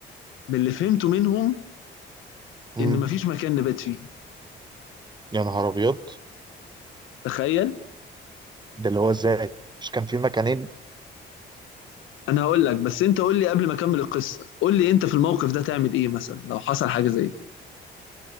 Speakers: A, on the left (about 80°); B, on the right (about 20°).
A: باللي فهمته منهم
B: أمم.
A: ان مفيش مكان نبات فيه
B: يا نهار ابيض
A: تخيل
B: ده اللي هو ازاي مش كان في مكانين
A: انا هقول لك بس انت قول لي قبل ما اكمل القصه قول لي انت في الموقف ده تعمل ايه مثلا لو حصل حاجه زي كده